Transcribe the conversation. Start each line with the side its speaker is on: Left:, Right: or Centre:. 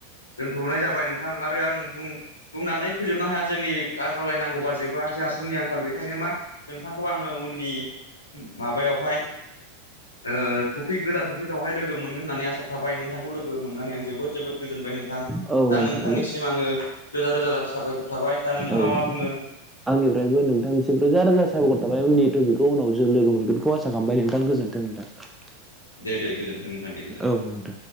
Left: दोनथ'नाय जा बाय नोंथां आरो आं बुं बुंनानै फोजोबनो हाया जोंनि <unintelligible> नांगौ बा जोबा जोंहा समनि आंखाल बे खायनो मा नोंथांखौ आङो उननि माबायावहाय
Centre: <inaudible>
Left: ओ टपिक गोदान टपिकआवहाय लोगो मोनगोन होननानै आसा थाबाय नोंथांखौ लोगो मोननानै आं जोबोद जोबोद गोजोनबाय नोंथां।
Centre: औ औ
Left: दा
Centre: नोंथां
Left: नोंथांनिसिम आंङो रोजा रोजा रा साबायखर थाबाय। दा नोंथाङा
Centre: औ
Left: मा बुङो?
Centre: आंनिफ्रायबो नोंथांनिसिम रोजा रोजा साबायखर था बाय उननि टपिकखौ उनाव जों लोगो मोनगोनखौ आसा खालामबाय नोंथां गोजोन्थों नोंथां।
Left: दे दे गोजोन्थों नोंथां दे गोजोननाय।
Centre: औ नोंथां